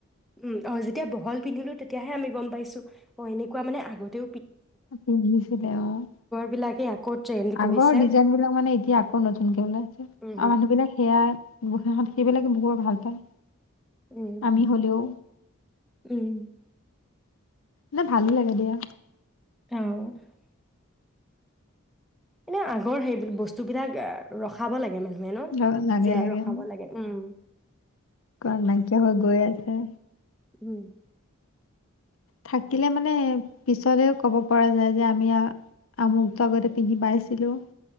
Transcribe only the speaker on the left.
পিন্ধিছিলে অহ
আগৰ ডিজাইন এতিয়া আকৌ নতুন যে ওলাইছে আৰু
মানুহ বিলাক সেইয়া, সেইবিলাকে বহুত ভাল পাই।
আমি হলেও,
না ভালো লাগে দিয়া।
ল- লাগে
লাগে
অ
কাৰণ নাইকিয়া হৈ গৈ আছে।
থাকিলে মানে পিছলেও কব পাৰা যায় যে আমি আৰু আমুকটা যদি পিন্ধি পাইছিলোঁ।